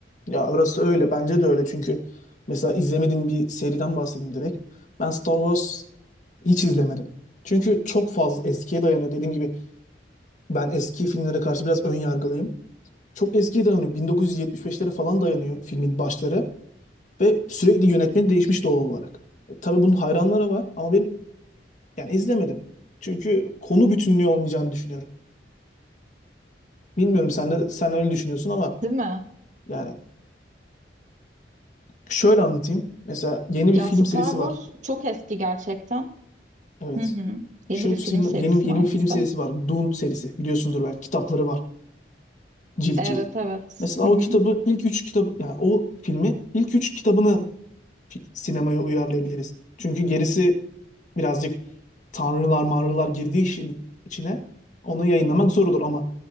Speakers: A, on the left; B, on the right.
A: Ya orası öyle. Bence de öyle. Çünkü mesela izlemediğim bir seriden bahsedeyim direkt. Ben Star Wars hiç izlemedim. Çünkü çok fazla eskiye dayanıyor. Dediğim gibi ben eski filmlere karşı biraz ön yargılıyım. Çok eskiye dayanıyor. 1975'lere falan dayanıyor filmin başları. Ve sürekli yönetmeni değişmiş doğal olarak. E, tabii bunun hayranları var ama ben yani izlemedim. Çünkü konu bütünlüğü olmayacağını düşünüyorum. Bilmiyorum sen de sen öyle düşünüyorsun ama
B: Değil mi?
A: yani şöyle anlatayım. Mesela yeni bir
B: Ya
A: film
B: Star
A: serisi
B: Wars
A: var.
B: çok eski gerçekten.
A: Evet.
B: Hı hı. Yeni
A: Şu
B: bir film
A: sin-
B: serisi
A: yeni yeni
B: mi hangisi?
A: bir film serisi var. Dune serisi. Biliyorsundur belki. Kitapları var. Cilt
B: Evet
A: cilt.
B: evet.
A: Mesela
B: Hı
A: o
B: hı.
A: kitabı ilk üç kitabı yani o filmi ilk üç kitabını fi- sinemaya uyarlayabiliriz. Çünkü gerisi birazcık tanrılar manrılar girdiği işin içine onu yayınlamak zor olur ama